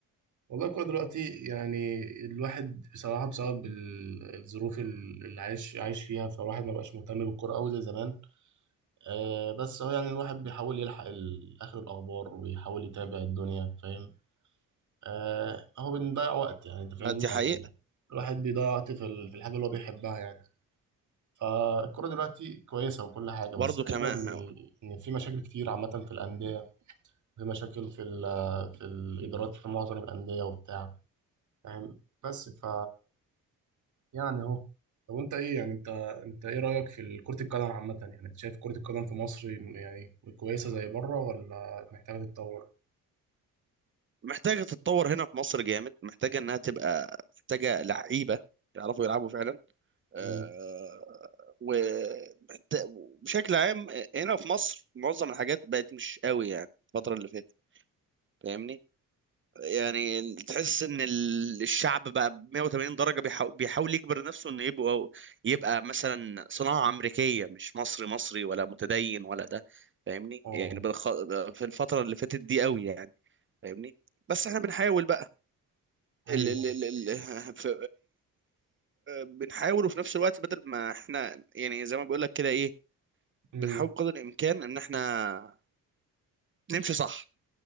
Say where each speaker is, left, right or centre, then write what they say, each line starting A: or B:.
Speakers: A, on the right; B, on the right.
A: والله الكورة دلوقتي يعني الواحد بصراحة بسبب ال- الظروف ال- اللي عايش عايش فيها فالواحد ما بقاش مهتم بالكورة أوي زي زمان آه بس هو يعني الواحد بيحاول يلحق ال- آخر الأخبار ويحاول يتابع الدنيا فاهم آه، هو بنضيع وقت يعني انت فاهمني
B: آه، دي حقيقة
A: يعني الواحد بيضيع وقت في ال- في الحاجه اللي هو بيحبها يعني فالكرة دلوقتي كويسة وكل حاجة
B: برضو
A: بس الفكرة
B: كمان
A: إن
B: آه،
A: إن في مشاكل كتير عامة في الأندية في مشاكل في ال في الإدارات في معظم الأندية وبتاع فاهم بس ف يعني أهو طب أنت إيه يعني أنت أنت إيه رأيك في كرة القدم عامة يعني أنت شايف كرة القدم في مصر يعني كويسة زي بره ولا محتاجة تتطور؟
B: محتاجة تتطور هنا في مصر جامد محتاجة انها تبقى محتاجة لعيبة يعرفوا يلعبوا فعلا آه،
A: امم
B: و محت- وبشكل عام آه، هنا في مصر معظم الحاجات بقت مش قوي يعني الفترة اللي فاتت فاهمني يعني تحس ان ال- الشعب بقى ب 180 درجة بيحاول, بيحاول يجبر نفسه انه يبقى يبقى مثلا صناعة امريكية مش مصري مصري ولا متدين ولا ده فاهمني
A: أه
B: يعني بالخ... في الفترة اللي فاتت دي قوي يعني فاهمني بس احنا بنحاول بقى ال...
A: أيوه
B: ال... ال... ال... <laughs> ف... بنحاول وفي نفس الوقت بدل ما احنا يعني زي ما بقول لك كده ايه
A: امم
B: بنحاول بقدر الامكان ان احنا نمشي صح